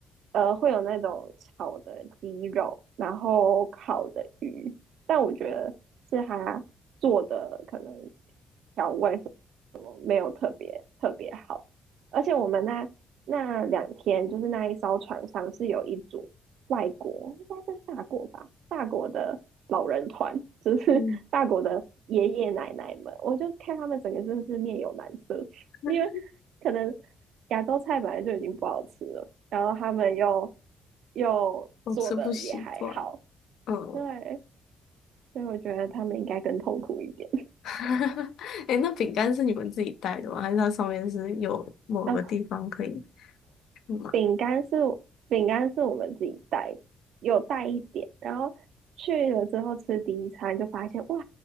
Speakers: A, on the right (about 75°); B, on the left (about 75°).
A: 呃会有那种炒的鸡肉，然后烤的鱼。但我觉得是他做的可能。调味。没有特别特别好。而且我们那那两天，就是那一艘船上是有一组外国，应该是法国吧，法国的老人团，就是
B: 嗯，
A: <laughs> 法国的爷爷奶奶们，我就看他们整个真的是面有难色，
B: <laughs>
A: 因为可能亚洲菜本来就已经不好吃了，然后他们又又做的也还好，
B: 我吃不习惯。嗯，
A: 对，所以我觉得他们应该更痛苦一点
B: <laughs> 哎那饼干是你们自己带的吗？还是它上面是有某个地方可以
A: 啊。
B: 买？
A: 饼干是饼干是我们自己带，有带一点，然后去了之后吃第一餐就发现哇，